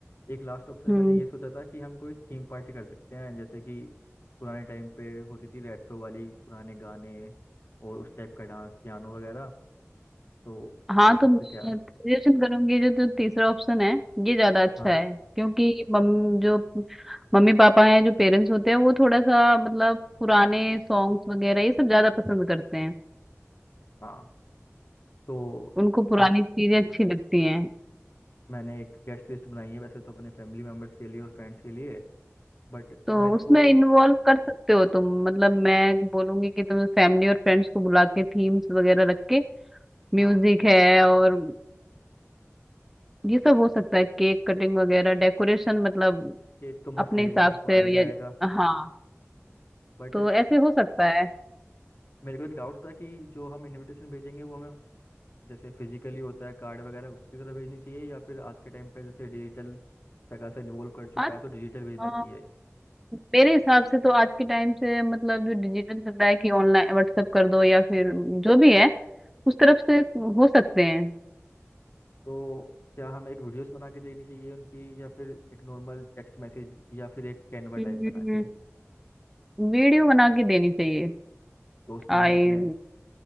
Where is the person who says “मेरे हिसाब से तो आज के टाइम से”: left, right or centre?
Centre